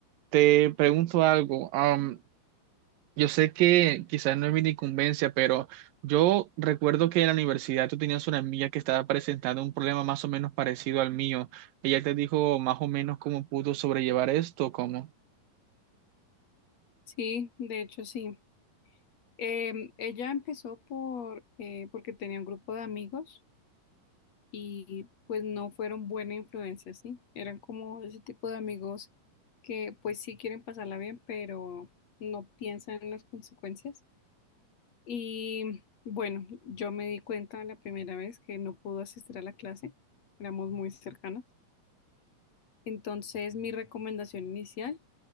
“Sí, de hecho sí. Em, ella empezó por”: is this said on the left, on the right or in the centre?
Left